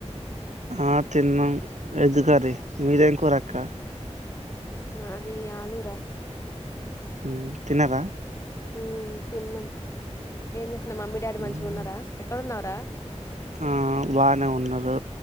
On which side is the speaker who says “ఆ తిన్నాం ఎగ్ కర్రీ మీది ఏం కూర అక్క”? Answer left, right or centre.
Right